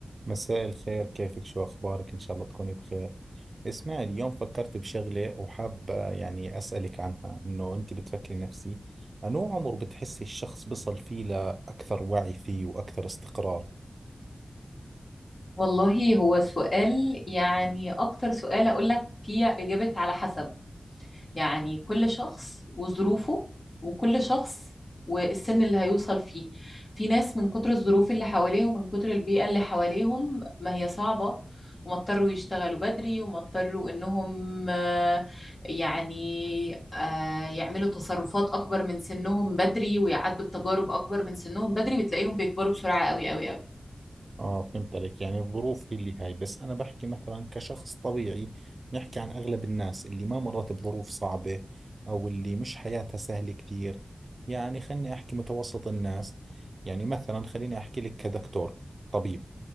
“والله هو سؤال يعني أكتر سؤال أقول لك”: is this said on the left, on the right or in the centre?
Left